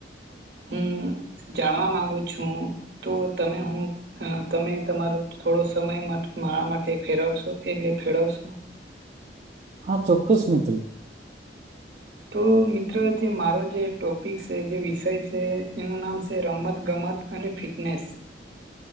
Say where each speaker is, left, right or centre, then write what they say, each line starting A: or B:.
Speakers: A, on the right; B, on the right.
A: હું જાણવા માંગુ છું તો તમે હું તમે તમારો થોડો સમય મારા માટે ફેરવશો એટલે ફેળવશો.
B: હા ચોક્કસ મિત્ર.
A: તો મિત્રો જે મારો જે ટોપિક છે જે વિષય છે એનું નામ છે રમત ગમત અને ફિટનેસ.